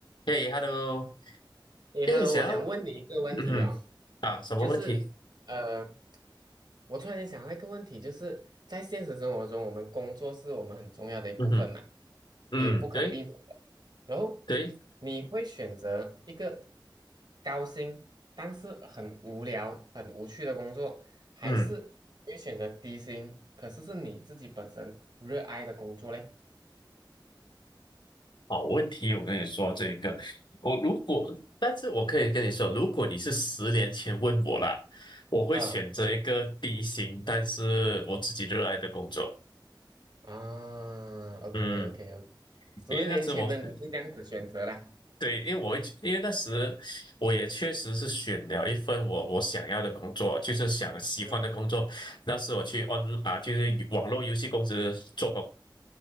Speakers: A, on the left; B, on the right.
A: 嘿，hello，
B: 诶，Hello，
A: 诶，想要，
B: 我想问你一个问题哦，
A: 嗯哼，啊，什么问题？
B: 就是呃，我突然间想到一个问题，就是在现实生活中，我们工作是我们很重要的一部分嘛，
A: 嗯哼，嗯，
B: 也不可避免的。
A: 对
B: 然后你会选择一个
A: 对，
B: 高薪但是很无聊、很无趣的工作，还是你会选择低薪，
A: 嗯，
B: 可是是你自己本身热爱的工作嘞？
A: 好问题，我跟你说这个，我如果，但是我可以跟你说，如果你是十年前问我啦，我会选择一个低薪，
B: 嗯
A: 但是我自己热爱的工作，
B: 啊，OK
A: 嗯，
B: OK OK，十年前的你是这样子选择啦。
A: 因为那时我，<laughs> 对，因为我一直因为那时我也确实是选了一份我我想要的工作，就是想喜欢的工作，
B: 嗯，
A: 那时我去 on 啊，就是网络游戏公司做工。